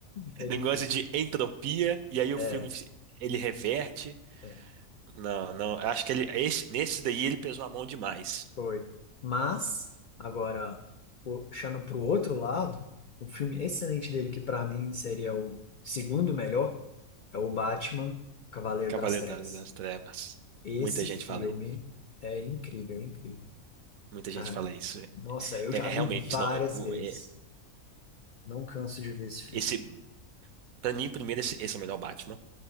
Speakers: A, on the left; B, on the right.
A: É difícil.
B: Negócio de entropia, e aí o
A: É,
B: filme ele reverte.
A: é,
B: Não, não, eu acho que ele, esse- nesse daí ele pesou a mão demais.
A: foi. Mas, agora, puxando para o outro lado, o filme excelente dele, que para mim seria o segundo melhor, é o Batman, Cavaleiro
B: Cavaleiro
A: das Trevas.
B: da- das Trevas.
A: Esse
B: Muita gente
A: filme
B: fala isso.
A: é incrível, é incrível.
B: Muita gente
A: Ah,
B: fala isso.
A: nossa, eu
B: É,
A: já
B: é,
A: vi
B: realmente,
A: várias
B: não. o-
A: vezes.
B: é-
A: Não canso de ver esse filme.
B: esse, pra mim, primeiro, esse, esse é o melhor Batman,